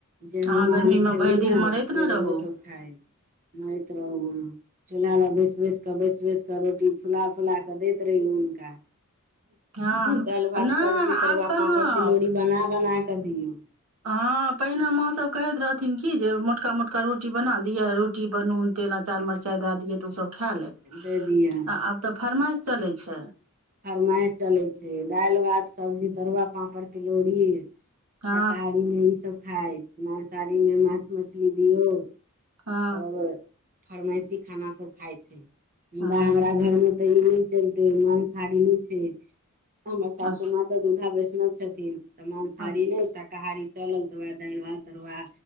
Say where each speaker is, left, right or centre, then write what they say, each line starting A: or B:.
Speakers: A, on the right; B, on the right.
A: जे हम
B: अहाँ गर्मीमे
A: आहाँ नै खेबै
B: भरि
A: ने
B: दिन मरैत
A: से
B: ने रहू
A: ओ सभ खायत मरैत रहू चुल्हा लग बैसि बैस कऽ बैस बैस कऽ रोटी फुला फुला कऽ दैत रहियौ हुनका
B: हँ
A: दालि भात
B: नहि
A: सब्जी
B: आब
A: तरुआ
B: कहाँ
A: पापड़ तिलौरी बना बना कऽ दियऔ
B: हँ पहिने माँसभ कहैत रहथिन कि जे मोटका मोटका रोटी बना दियह रोटी पर नून तेल अचार मरचाइ दए दियै तऽ ओ सब खा ले
A: दे दिअ
B: आब तऽ फरमाइश चलै छै
A: फरमासि चलै छै दालि भात सब्जी तरुआ पापड़ तिलौरी
B: हँ
A: शाकाहारीमे इ सभ खाय मांसाहारीमे माछ मछली दियौ
B: हँ
A: तब फरमाइशी खाना सब खााय छै मुदा
B: हँ
A: हमरा घरमे तऽ ई नहि चलते माँंसहारी नहि छै हमर सासू
B: अच्छा
A: माँ तऽ दुधा वैष्णव छथिन त मांसाहाड़ी
B: हँ
A: नहि कहारी चलल तऽ वएह दालि भात तरुआ